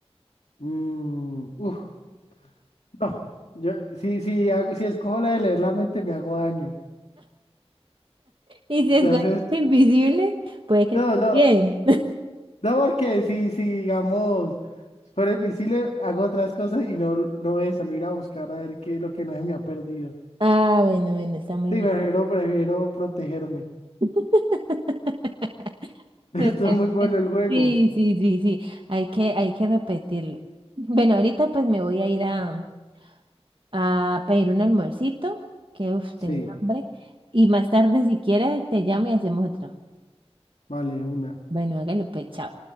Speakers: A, on the left (about 80°); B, on the right (about 50°).
A: Mm, uf, no. Yo, sí sí hago- si escojo la de leer la mente, me hago daño.
B: Y si
A: Entonces,
B: es <laughs> invisible, puede que
A: no,
B: también.
A: no. No, porque si, si digamos, fuera invisible, hago otras cosas y no, no eso, no ir a buscar a ver qué es lo que no se me ha perdido.
B: Ah, bueno, bueno, está muy
A: Sí,
B: bien.
A: prefiero, prefiero protegerme.
B: <laughs>
A: <laughs> Esto
B: Me parece.
A: es muy bueno el juego.
B: Sí, sí, sí, sí. Hay que, hay que repetirlo. Bueno, ahorita pues me voy a ir a, a pedir un almuercito, que uf,
A: Sí,
B: tengo hambre. Y más tarde, si quieres, te llamo y hacemos otro.
A: vale, una.
B: Bueno, hágale pues, chao.